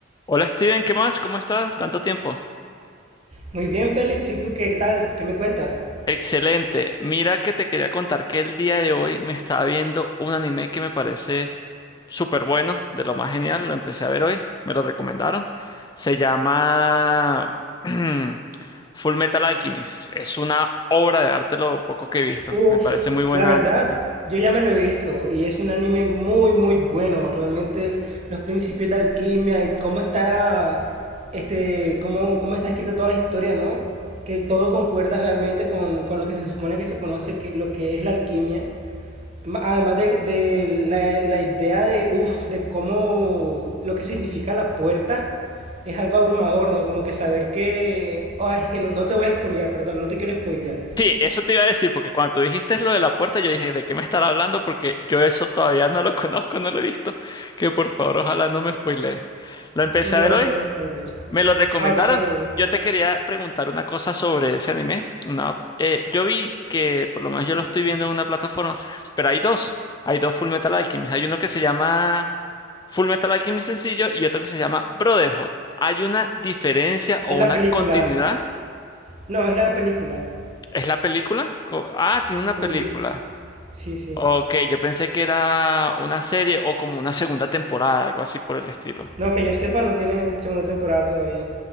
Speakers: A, on the left; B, on the right.
A: Hola Steven, ¿qué más? ¿Cómo estás? Tanto tiempo.
B: Muy bien, Félix, ¿y tú qué tal? ¿Qué me cuentas?
A: Excelente. Mira que te quería contar que el día de hoy me estaba viendo un anime que me parece súper bueno, de lo más genial. Lo empecé a ver hoy, me lo recomendaron. Se llama <clears throat> Full Metal Alchemist. Es una obra de arte lo poco que he visto.
B: Uf,
A: Me parece muy buena
B: la verdad,
A: anime.
B: yo ya me lo he visto y es un anime muy, muy bueno. Realmente el- los principios de alquimia y cómo está, este, cómo, cómo está escrita toda la historia, ¿no? Que todo concuerda realmente con, con lo que se supone que se conoce, que lo que es la alquimia. Ma- Además de, de la, la idea de, uff, de cómo lo que significa la puerta es algo abrumador, ¿no? Como que saber que... ah es que no, no te voy a spoilear, perdón, no te quiero spoilear.
A: Sí, eso te iba a decir, porque cuando tú dijiste lo de la puerta, yo dije, ¿de qué me estará hablando? Porque yo eso todavía no lo <laughs> conozco, no lo he visto. Que por favor, ojalá no me spoilee. Lo empecé
B: No,
A: a ver
B: no
A: hoy,
B: te voy a spoilear.
A: Me lo recomendaron.
B: Ah, ok.
A: Yo te quería preguntar una cosa sobre ese anime. Una, eh, yo vi que, por lo menos yo lo estoy viendo en una plataforma, pero hay dos. Hay dos Full Metal Alchemist. Hay uno que se llama Full Metal Alchemist sencillo y otro que se llama Brotherhood. ¿Hay una diferencia o
B: Es la
A: una
B: película.
A: continuidad?
B: No, es la película.
A: ¿Es la película? Co- Ah, tiene
B: Sí,
A: una película.
B: sí, sí.
A: Ok, yo pensé que era una serie o como una segunda temporada, algo así por el estilo.
B: No, que yo sepa, no tiene segunda temporada todavía.